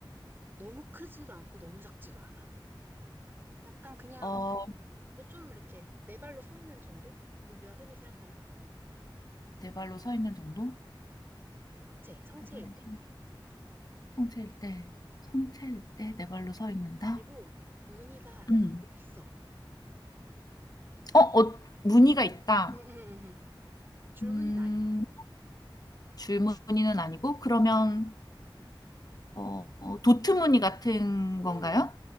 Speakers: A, on the right; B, on the left.
A: 너무 크지도 않고 너무 작지도 않아. 약간 그냥
B: 어,
A: 뭐 좀 이렇게 네 발로 서 있는 정도? 우리가 흔히 생각하는
B: 네 발로 서 있는 정도?
A: 성체, 성체일
B: 네 발로
A: 때.
B: 서 있는 성체일 때, 성체일 때 네 발로 서 있는다?
A: 그리고 무늬가
B: 음.
A: 있어.
B: 어, 어, 무늬가 있다.
A: 응, 응, 응. 응. 줄무늬는
B: 음,
A: 아니야.
B: 줄 무늬는 아니고, 그러면, 어, 어, 도트 무늬 같은
A: 어,
B: 건가요?